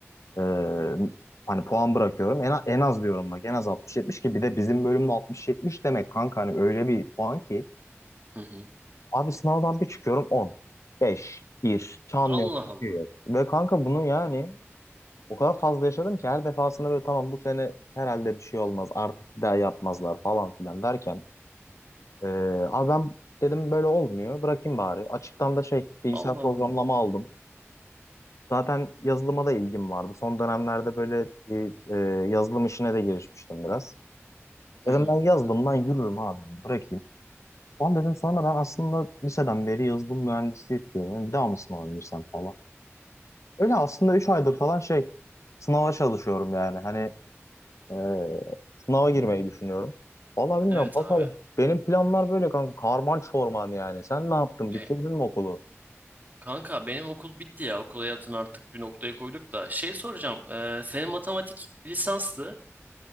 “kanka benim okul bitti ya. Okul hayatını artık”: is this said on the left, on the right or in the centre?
Right